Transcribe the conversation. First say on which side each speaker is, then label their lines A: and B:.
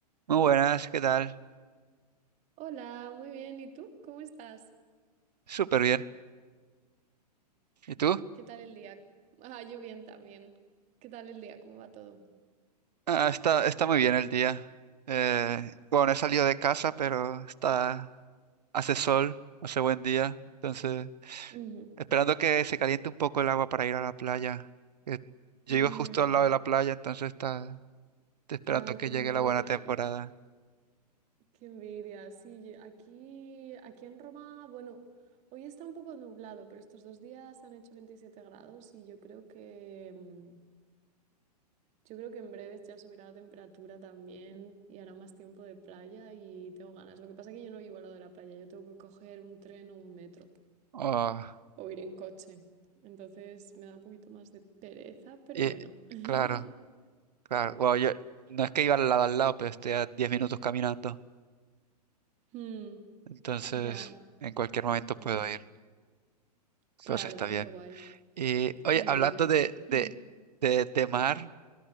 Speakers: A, on the right (about 75°); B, on the right (about 35°).
A: Muy buenas, ¿qué tal?
B: Hola, muy bien. ¿Y tú? ¿Cómo estás?
A: Súper bien. ¿Y tú?
B: ¿Qué tal el día? Ah, yo bien también. ¿Qué tal el día? ¿Cómo va todo?
A: Ah, está, está muy bien el día. Eh, bueno, he salido de casa, pero está, hace sol, hace buen día. Entonces,
B: Ujú.
A: esperando que se caliente un poco el agua para ir a la playa. que yo
B: Mm.
A: vivo justo al lado de la playa, entonces está, estoy esperando
B: Ah,
A: que
B: qué
A: llegue
B: envidia,
A: la buena temporada.
B: qué envidia. Sí, ye- aquí, aquí en Roma, bueno, hoy está un poco nublado, pero estos dos días han hecho 27 grados y yo creo que, mm, yo creo que en breves ya subirá la temperatura también y hará más tiempo de playa y tengo ganas. Lo que pasa es que yo no vivo al lado de la playa, yo tengo que coger un tren o un metro.
A: Oh,
B: o ir en coche. Entonces me da un poquito más de pereza, pero
A: y
B: bueno. <laughs>
A: claro, claro. Bueno, yo no es que iba al lado al lado, pero estoy a 10 minutos caminando.
B: Mm,
A: Entonces,
B: ya,
A: en cualquier momento puedo
B: mm,
A: ir. Entonces
B: claro,
A: está bien.
B: qué guay,
A: Y oye,
B: qué envidia.
A: hablando de,
B: Mm,
A: de, de, de mar,